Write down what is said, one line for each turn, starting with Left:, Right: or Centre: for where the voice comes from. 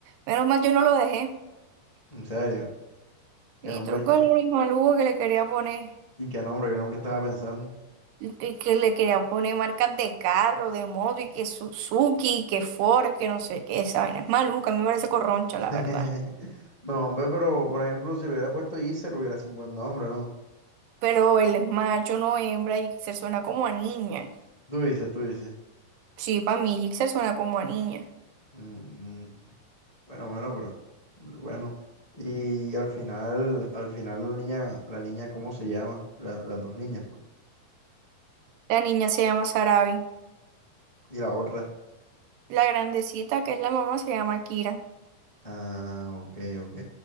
Right: menos mal yo no lo dejé.
Left: En serio, qué
Right: Y
Left: nombre,
Right: tronco
Left: que
Right: el nombre maluco que le quería poner.
Left: ¿Y qué nombre? ¿Qué nombre estaba pensando?
Right: y que, que le querían poner marcas de carro, de moto, y que Suzuki, que Ford, que no sé qué, esa vaina es maluca, a mí me parece corroncha,
Left: <laughs>
Right: la verdad.
Left: No, hombre, pero por ejemplo, si le hubiera puesto Iser, hubiera sido un buen nombre, ¿no?
Right: Pero él es macho, no hembra, y se suena como a niña.
Left: Tú dices, tú dices.
Right: Sí, para mí Jixer suena como a niña.
Left: Mm, bueno, bueno, pero bueno. Y al final, al final la niña, la niña, ¿cómo se llama? La- las dos niñas, pues.
Right: La niña se llama Sarabi.
Left: Y la otra.
Right: La grandecita, que es la mamá, se llama Kira.
Left: Ah, ok, ok.